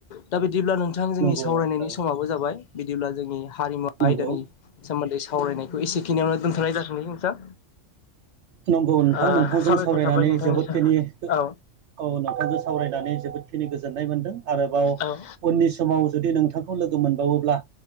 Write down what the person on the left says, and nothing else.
दा बिदिब्ला नोंथां जोंनि
सावरायनायनि
समाबो जाबाय बिदिब्ला जोंनि हारिमु
आयदानि सोमोन्दै सावरायनायखौ एसेखिनियावनो दोनथ'नाय जाथोंसै नोंथां।
ओ
साबायखर
थाबाय नोंथांनिसिम
औ
औ